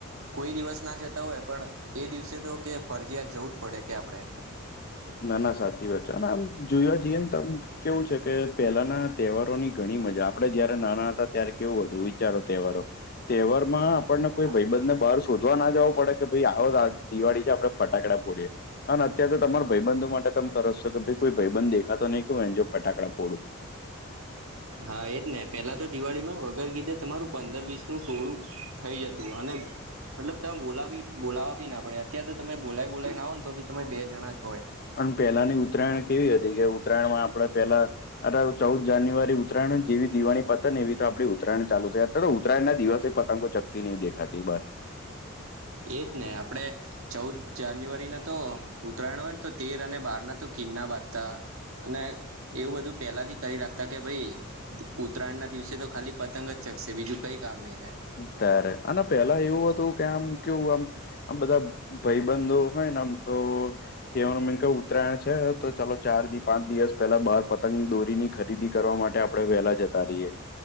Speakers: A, on the right (about 75°); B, on the left (about 45°).
A: કોઈ દિવસ ના જતા હોય પણ એ દિવસે તો કે ફરજીયાત જવું જ પડે કે આપડણે.
B: ના ના સાચી વાત છે અને આમ જોયા જઈએ ને તમ કેવું છે કે. પેલાના તહેવારોની ઘણી મજા આપડણે જયારે નાના હતા. ત્યારે કેવું હતું વિચારો તહેવારો, તહેવાર માં આપણને કોઈ
A: હા
B: ભયબંધ ને બાર શોધવા ના જવો પડે, કે ભાઈ આવો આજ દિવાળી છે આપડે ફટાકડા ફોડીએ, અને અત્યારે તો તમારૂ ભાઈબંધો માટે તમે તરસો કે ભાઈ કોઈ ભાઈબંધ દેખા તો નહીં કવ એને જો ફટાકડા ફોડું.
A: હા એજ ને પેલા તો દિવાળી માં વગર કીધે તમારું પંદર વીસ નું ટોળું થઈ જતું અને. મતલબ તમે બોલાવી બોલાવવા બી ના પડે અત્યારે તો તમે બોલાય બોલાય ના હોય ને તો બી તમે બે જણા જ હોય.
B: પણ પહેલાની ઉત્તરાયણ કેવી હતી કે ઉત્તરાયણમાં આપણે પેલા. અરે ચૌદ જાન્યુઆરી, ઉત્તરાયણ જેવી દિવાણી પત એવી તો આપણી ઉત્તરાયણ ચાલુ થાય, અતયારતો ઉતરાયણના દિવસે પતંગો ચકતી નહી દેખાતી બાર.
A: એજને આપડે. ચૌદ જાન્યુઆરી ના તો ઉત્તરાયણ હોય ને તો તેર અને બાર ના તો કિન્ના બાજતા. અને એવું બધું પેલાથી કરી રાખતા કે ભાઈ. ઉત્તરાયણ ના દિવસે તો ખાલી પતંગ જ ચકશે બીજું કઈ કામ નહી થાય.
B: ત્યારે, અને પેલા એવું હતું કે આમ. કેવું આમ, આમ બધા ભાઈબંધો હોયને આમ તો. કેવાનું મીન તો ઉત્તરાયણ છે. તો ચાલો ચાર થી પાંચ દિવસ પેલા બાર પતંગની દોરીની ખરીદી કરવા માટે આપડણે વેલા જતા રહીયએ.